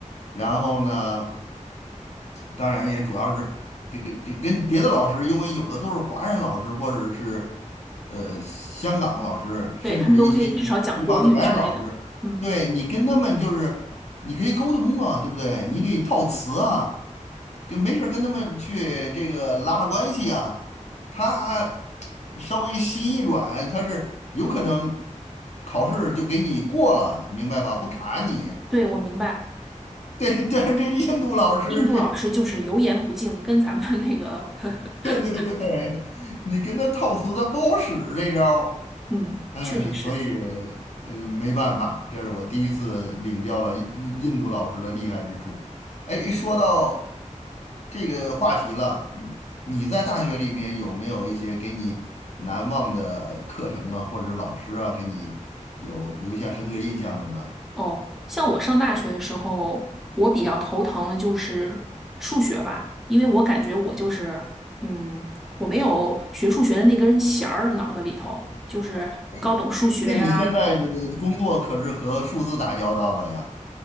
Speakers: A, on the left (about 55°); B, in the centre.
A: 然后呢？当然也主要是这个这跟别的老师，因为有的都是华人老师或者是呃香港老师，甚至一些地方的白人老师，
B: 对，他们都可以至少讲国语之类的，嗯，
A: 对你跟他们就是你可以沟通啊，对不对？你可以套词啊，跟没事儿跟他们去这个拉拉关系啊。他稍微心一软，他是有可能考试就给你过了，明白吧？不卡你。
B: 对，我明白，
A: <laughs> 对，但是这印度老师这
B: 印度老师就是油盐不进，跟咱们那个，<laughs>
A: 对对对，你跟他套词他不好使这招儿，
B: 嗯，
A: 哎，
B: 确实是。
A: 所以呃没办法，这是我第一次领教了印印度老师的厉害之处。哎，一说到这个话题了，你你在大学里面有没有一些给你难忘的课程啊，或者是老师啊，给你有留下深刻印象的呢？
B: 哦，像我上大学的时候，我比较头疼的就是数学吧，因为我感觉我就是，嗯，我没有学数学的那根弦儿，脑子里头就是高等数学呀，
A: 哎，那你现在这个工作可是和数字打交道的呀？